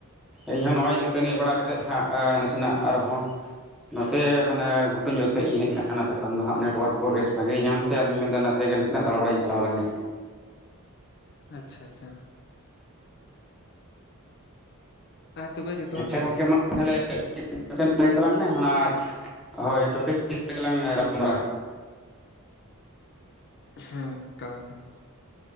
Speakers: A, in the centre; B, on the left (about 50°).
A: ᱤᱧ ᱦᱚᱸᱱᱚᱜᱼᱚᱭ ᱫᱤᱛᱟᱹᱱᱤ ᱵᱟᱲᱟ ᱠᱟᱛᱮᱫ ᱦᱟᱸᱜ ᱱᱟᱥᱮᱱᱟᱜ ᱟᱨ ᱦᱚᱸ ᱱᱚᱛᱮ ᱢᱟᱱᱮ ᱜᱷᱩᱴᱩ ᱧᱚᱜ ᱥᱮᱫ ᱤᱧ ᱦᱮᱡ ᱮᱱᱟ ᱱᱚᱛᱮ ᱠᱷᱚᱱ ᱫᱚ ᱦᱟᱜ ᱱᱮᱴᱚᱣᱟᱨᱠ ᱠᱚ ᱵᱮᱥ ᱵᱷᱟᱹᱜᱤ ᱧᱟᱢᱛᱮ ᱟᱫᱚᱧ ᱢᱮᱱᱫᱟ ᱱᱟᱥᱮ ᱱᱟᱹᱜ ᱫᱟᱲᱟ ᱵᱟᱲᱟᱭᱧ ᱪᱟᱞᱟᱣ ᱞᱮᱱ ᱜᱮ᱾
B: ᱟᱪᱪᱷᱟ ᱟᱪᱪᱷᱟ ᱟ ᱛᱚᱵᱮ ᱡᱚ
A: ᱟᱪᱪᱷᱟ ᱜᱚᱢᱠᱮ ᱢᱟ ᱛᱟᱦᱚᱞᱮ ᱢᱤᱫ ᱴᱮᱱ ᱞᱟᱹᱭ ᱛᱟᱞᱟᱝ ᱢᱮ ᱚᱱᱟ ᱦᱳᱭ ᱴᱚᱯᱤᱠ ᱨᱮᱜᱮ ᱞᱟᱝ ᱜᱟᱯᱟᱞ ᱢᱟᱨᱟᱣᱟ
B: ᱦᱮᱸ‌ ᱛᱚ ᱟᱫᱚ